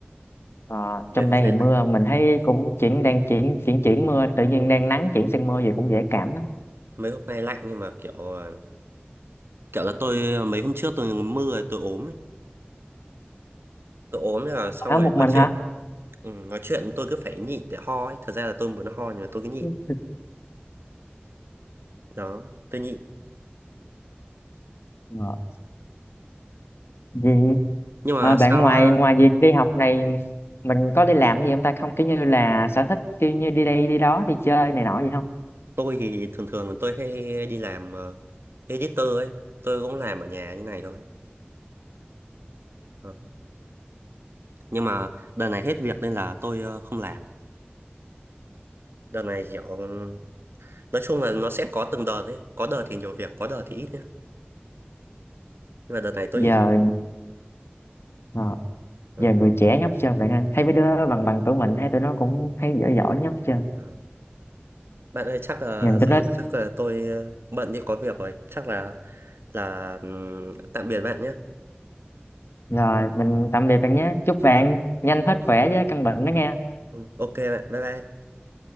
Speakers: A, on the left; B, on the right.
A: Ờ,
B: mấy
A: trong
B: hôm
A: đây
B: nay
A: thì mưa
B: lạnh
A: mình thấy cũng chuyển đang chuyển chuyển chuyển mưa tự nhiên đang nắng chuyển sang mưa gì cũng dễ cảm lắm
B: mấy hôm nay lạnh nhưng mà kiểu ờ, kiểu là tôi ờ, mấy hôm trước tôi mưa rồi tôi ốm ấy. tôi ốm là xong
A: ở
B: rồi
A: một
B: nói
A: mình
B: chuyện
A: hả
B: ừ, nói chuyện tôi cứ phải nhịn để ho ấy thật ra là tôi muốn ho nhưng mà tôi cứ nhịn
A: Ừ.
B: đó tôi nhịn
A: rồi. Gì?
B: Nhưng mà
A: À, bạn
B: sao
A: ngoài
B: ờ,
A: ngoài việc đi học này mình có đi làm gì không ta không kiểu như là sở thích kiểu như đi đây đi đó đi chơi này nọ gì không
B: tôi thì thường thường tôi hay đi làm ờ, editor ấy, tôi cũng làm ở nhà như này thôi. Đó. Nhưng mà đợt này hết việc nên là tôi ờ, không làm. Đợt này kiểu ừm, nói chung là nó sẽ có từng đợt ấy, có đợt thì nhiều việc, có đợt thì ít nhá. Nhưng mà đợt này tôi
A: giờ
B: ít việc.
A: ờ,
B: Đấy.
A: giờ người trẻ nhóc chân bạn ơi thấy mấy đứa bằng bằng tuổi mình thấy tụi nó cũng thấy giỏi giỏi nhóc chân
B: Ờ. Bạn ơi chắc là
A: nhìn
B: giờ
A: tụi nó
B: chắc là tôi ờ, bận đi có việc rồi, chắc là là ừm, tạm biệt bạn nhé.
A: rồi mình tạm biệt bạn nhé chúc bạn nhanh hết khỏe với căn bệnh đó nghe
B: Ừ, Ok bạn, bye bye.